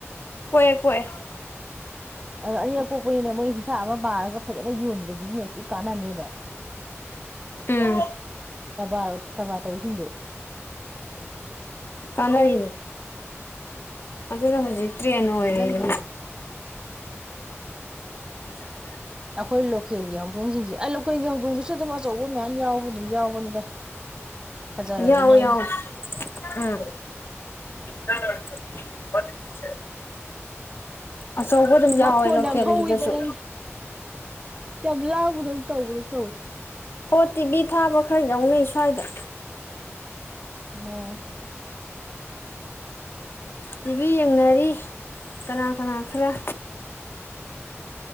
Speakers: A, on the left; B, on the right.
A: ꯀꯣꯛꯑꯦ ꯀꯣꯛꯑꯦ
B: ꯑꯅꯤꯔ ꯑ ꯀꯣꯛꯄꯅꯤꯅ ꯃꯣꯏ ꯍꯤꯡꯁꯥ ꯑꯃ ꯄꯥꯔꯒ ꯐꯖꯅ ꯌꯣꯟꯕꯗ ꯕꯤꯖꯤꯅꯦꯁꯇꯤ ꯀꯥꯟꯅꯅꯦꯕ
A: ꯎꯝ
B: ꯀꯔꯕꯥꯔ ꯀꯔꯕꯥꯔ ꯇꯧꯔꯤꯁꯤꯡꯗꯨꯣ
A: ꯀꯟꯅꯔꯤꯅꯤ ꯑꯗꯨꯖꯤꯅ ꯍꯧꯖꯤ ꯆꯔꯤꯦꯅ ꯑꯣꯏꯔ
B: ꯑꯗ ꯅꯪꯒꯤ
A: <inaudible>
B: ꯑꯩꯈꯣꯏ ꯂꯣꯀꯦꯜꯒꯤ ꯍꯧꯗꯣꯡꯁꯤꯡꯁꯦ ꯂꯣꯀꯦꯜꯒꯤ ꯍꯧꯗꯣꯡꯗꯨꯁꯨ ꯑꯗꯨꯝ ꯑꯆꯧꯕ ꯃꯌꯥꯝ ꯌꯥꯎꯕ ꯌꯥꯎꯕꯅꯤꯗ ꯐꯖꯔꯗꯤ
A: ꯌꯥꯎ
B: ꯃꯥꯒꯤ
A: ꯌꯥꯎ ꯎꯝ ꯆ ꯆ ꯄ ꯆ ꯑꯆꯧꯕ ꯑꯗꯨꯝ ꯌꯥꯎꯋꯦ
B: ꯃꯈꯣꯟ
A: ꯂꯣꯀꯦꯜꯒꯤꯗꯁꯨ
B: ꯌꯥꯝ ꯍꯧꯋꯤꯗ ꯅꯪ ꯌꯥꯝ ꯂꯥꯡꯕꯗ ꯑꯃꯨꯛ ꯇꯧꯕꯗꯣ ꯇꯧꯁꯤ
A: ꯑꯣ ꯇꯤꯕꯤ ꯊꯥꯕ ꯈꯔ ꯌꯥꯎꯅꯩ ꯁ꯭ꯋꯥꯏꯗ
B: ꯑꯣ
A: ꯇꯤꯚꯤ ꯌꯦꯡꯅꯔꯤ ꯀꯅꯥ ꯀꯅꯥ ꯈꯔ